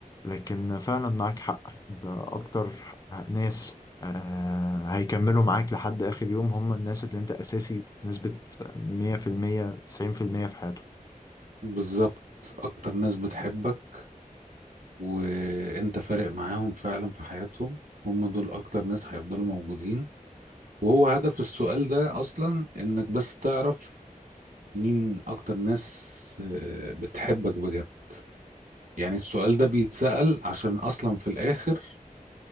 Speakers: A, on the left; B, on the right.
A: لكن فعلا معاك حق اكتر ناس آه، هيكملوا معاك لحد اخر يوم هم الناس اللي انت اساسي بنسبة 100% 90% في المية في حياتهم
B: بالظبط اكتر ناس بتحبك وانت فارق معاهم فعلا في حياتهم هم دول اكتر ناس هيفضلوا موجودين وهو هدف السؤال ده اصلا انك بس تعرف مين اكتر ناس آه، بتحبك بجد يعني السؤال ده بيتسأل عشان اصلا في الاخر